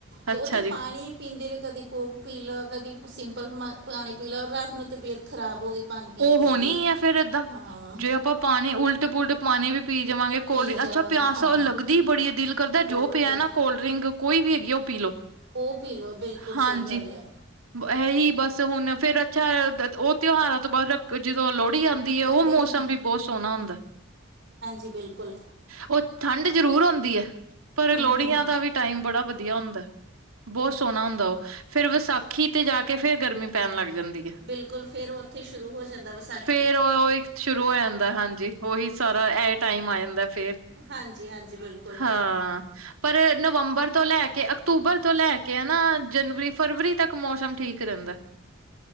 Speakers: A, on the right; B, on the right.
A: ਅੱਛਾ
B: ਤੇ ਉੱਥੇ
A: ਜੀ
B: ਪਾਣੀ। ਪੀਂਦੇ ਰਹੇ ਕਦੀ ਕੋਕ ਪੀ ਲਓ, ਕਦੀ ਸਿੰਪਲ ਮ ਪਾਣੀ ਪੀ ਲਓ ਰਾਤ ਨੂੰ ਤਬੀਅਤ ਖਰਾਬ ਹੋ, ਗਈ ਪਾਣੀ ਪੀ
A: ਉਹ
B: ਪੀ
A: ਹੋਣੀ
B: ਕੇ
A: ਹੈ ਫੇਰ ਏਦਾਂ,
B: ਹਾਂ
A: ਜੇ ਆਪਾਂ ਪਾਣੀ ਉਲਟ ਪੁਲਟ, ਪਾਣੀ ਵੀ ਪੀ ਜਾਵਾਂਗੇ ਕੋਲਡ,
B: ਪੀ ਜਾਵਾ
A: ਅੱਛਾ ਪਿਆਸ
B: ਹਾਂ
A: ਲੱਗਦੀ ਹੀ ਬੜੀ ਦਿਲ ਕਰਦਾ
B: ਬਹੁਤ
A: ਜੋ ਪਿਆ ਨਾ ਕੋਲਡ, ਰਿੰਗ ਕੋਈ ਵੀ ਹੈਗੀ ਉਹ ਪੀ ਲਓ।
B: ਉਹ ਪੀਲੋ ਬਿਲਕੁਲ
A: ਹਾਂਜੀ
B: ਸਹੀ ਗੱਲ ਹੈ।
A: ਇਹੀ ਬਸ ਹੁਣ ਫੇਰ ਅੱਛਾ ਉਹ ਤਿਉਹਾਰਾਂ ਤੋਂ ਬਾਅਦ ਜਦੋਂ ਲੋਹੜੀ ਆਉਂਦੀ। ਦੀ ਹੈ ਉਹ
B: ਦੇਖਣੀ
A: ਮੌਸਮ ਵੀ ਬਹੁਤ ਸੋਹਣਾ ਹੁੰਦਾ
B: ਜੀ ਬਿਲਕੁਲ
A: ਉਹ ਠੰਡ ਜ਼ਰੂਰ ਹੁੰਦੀ ਹੈ, ਪਰ ਲੋਹੜੀਆਂ
B: ਹੂੰ ਹੂੰ
A: ਦਾ ਵੀ ਟਾਈਮ ਬੜਾ ਵਧੀਆ ਹੁੰਦਾ। ਬਹੁਤ ਸੋਹਣਾ ਹੁੰਦਾ ਉਹ, ਫਿਰ ਵਿਸਾਖੀ ਤੇ ਜਾ ਕੇ ਫੇਰ ਗਰਮੀ ਪੈਣ ਲੱਗ ਜਾਂਦੀ ਹੈ।
B: ਬਿਲਕੁਲ, ਫਿਰ ਉਹ ਉੱਥੇ ਸ਼ੁਰੂ ਹੋ ਜਾਂਦਾ ਬਸ
A: ਫਿਰ ਉਹੀ ਸ਼ੁਰੂ ਹੋ ਜਾਂਦਾ ਹਾਂਜੀ, ਉਹੀ ਸਾਰਾ ਇਹ ਟਾਈਮ ਆ ਜਾਂਦਾ ਫੇਰ
B: ਹਾਂਜੀ ਹਾਂਜੀ ਬਿਲਕੁਲ
A: ਹਾਂ, ਪਰ ਨਵੰਬਰ ਤੋਂ ਲੈ ਕੇ ਅਕਤੂਬਰ ਤੋਂ ਲੈ ਕੇ ਹਨਾ, ਜਨਵਰੀ, ਫਰਵਰੀ ਤੱਕ ਮੌਸਮ ਠੀਕ ਰਹਿੰਦਾ।